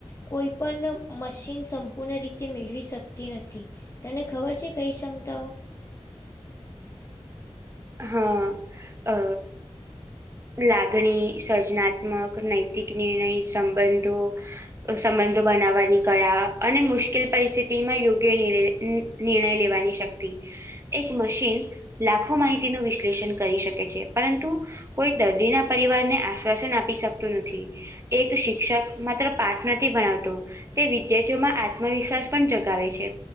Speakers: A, on the left; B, on the right.
A: કોઈ પણ મશીન સંપૂર્ણ રીતે મેળવી શકતી નથી. તને ખબર છે કઈ ક્ષમતાઓ?
B: હા અ લાગણી, સર્જનાત્મક, નૈતિક નિર્ણય, સંબંધો સંબંધો બનાવવાની કળા અને મુશ્કેલ પરિસ્થિતિમાં યોગ્ય <unintelligible> નિર્ણય લેવાની શક્તિ. એક મશીન લાખો માહિતીનું વિશ્લેષણ કરી શકે છે, પરંતુ કોઈ દર્દીના પરિવારને આશ્વાસન આપી શકતું નથી. એક શિક્ષક માત્ર પાઠ નથી ભણાવતો તે વિધાર્થીઓમાં આત્મવિશ્વાસ પણ જગાવે છે.